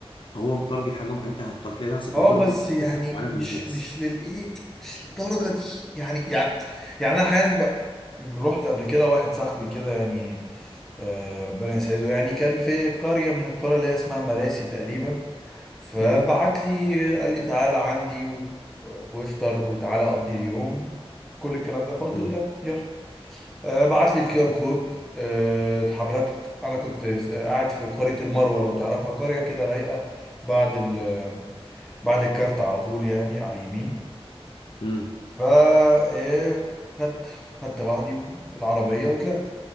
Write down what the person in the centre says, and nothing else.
اه
بس يعني
مش
مش للايه مش للدرجه دي يعني يعني يعني انا احيانا بقى رحت قبل كده واحد صاحبي كده يعني آه ربنا يسعده يعني كان في قريه من القرى اللي هي اسمها مراسي تقريبا فبعت
لي قال لي تعالى عندي و- وافطر وتعالى اقضي اليوم كل الكلام ده فقلت
له تمام يلا آه، بعت لي الكيو ار كود آه، اتحركت انا كنت س- آه، قاعد في قرية المروة لو تعرفها قرية كده رايقة بعد ال بعد الكارت على طول يعني على اليمين
فا آه، خدت خدت بعضي والعربية وطلعت